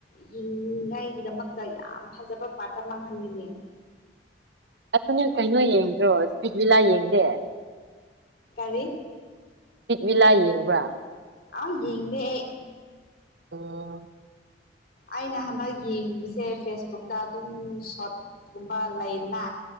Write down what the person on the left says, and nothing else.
ꯌꯦꯡꯅꯤꯉꯥꯏꯒꯤꯗꯃꯛꯇ ꯌꯥꯝ ꯐꯖꯕ ꯄꯥꯔꯠ ꯑꯃ ꯃꯥꯡꯍꯟꯅꯤꯡꯉꯦ <inaudible>
ꯀꯔꯤ
ꯑ ꯥ ꯌꯦꯡꯗꯦ ꯑꯩ
ꯑꯩꯅ ꯍꯟꯗꯛ ꯌꯦꯡꯕꯁꯦ ꯐꯦꯁꯕꯨꯛꯇ ꯑꯗꯨꯝ ꯁꯣꯔꯠꯀꯨꯝꯕ ꯂꯩꯗꯅ